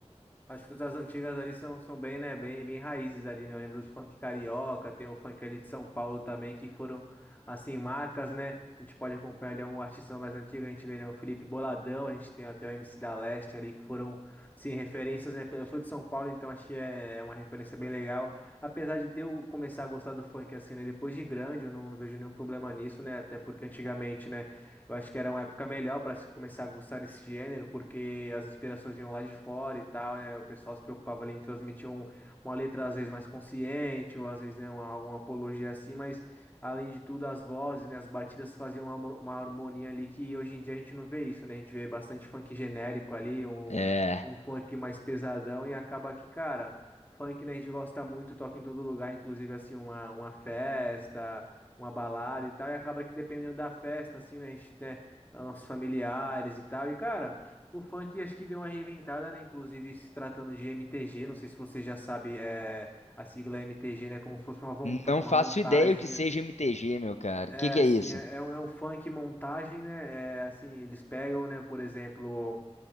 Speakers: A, on the left; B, on the left.
A: Acho que as antigas ali são, são bem, né, bem, bem raízes ali, né? Eu lembro do funk carioca, tem o funk ali de São Paulo também, que foram, assim, marcas, né? A gente pode acompanhar ali um artista mais antigo, a gente vê, né, o Felipe Boladão, a gente tem até o MC da Leste ali, que foram, assim, referências, né? Eu sou de São Paulo, então acho que é é uma referência bem legal. Apesar de eu começar a gostar do funk, assim, né, depois de grande, eu não, não vejo nenhum problema nisso, né? Até porque antigamente, né? Eu acho que era uma época melhor para se começar a gostar desse gênero, porque as inspirações vinham lá de fora e tal, né? O pessoal se preocupava ali em transmitir um- uma letra às vezes mais consciente, ou às vezes, né, uma, alguma apologia assim, mas além de tudo, as vozes, né, as batidas faziam uma, uma harmonia ali que hoje em dia a gente não vê isso, né? A gente vê bastante funk genérico ali, um,
B: É,
A: um funk mais pesadão e acaba que, cara, funk, né, a gente gosta muito, toca em todo lugar, inclusive assim, uma, uma festa uma balada e tal, e acaba que dependendo da festa, assim, né, a gente tem nossos familiares e tal, e cara, o funk acho que deu uma reinventada, né, inclusive se tratando de MTG, não sei se você já sabe, é, a sigla MTG, né, como se fosse uma, vonta-
B: não
A: uma
B: faço
A: montagem
B: ideia o que seja MTG, meu cara.
A: é,
B: O que que
A: assim,
B: é isso?
A: é, é um, é um funk montagem, né? É, assim, eles pegam, né, por exemplo,